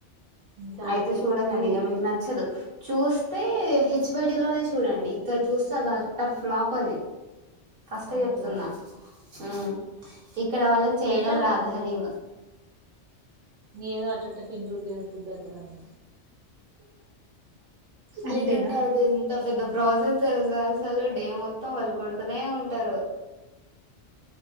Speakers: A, on the right; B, on the right.
A: ఇంతవరకు
B: అయితే చూడకండి
A: ఎప్పుడు
B: ఇక మీకు నచ్చదు చూస్తే హెచ్ బైడి లోనే చూడండి ఇక్కడ చూస్తే అది అట్టర్ ఫ్లాప్ అది ఫస్ట్
A: అంతేనా
B: ఏ చెప్తున్నా ఉమ్ ఇక్కడ వాళ్ళకి చేయడం
A: ఎక్కడ
B: రాదు
A: బాగోదు
B: హలీం
A: ఏదో అట్టట్ట పిండి రుబ్బినట్టు రబ్బెత్తరు అని అంతేనా
B: లేకుంటే అది ఎంత పెద్ద ప్రాసెస్ తెలుసా అసలు డే మో త్తం వెళ్ళు కొడుతూనే ఉంటారు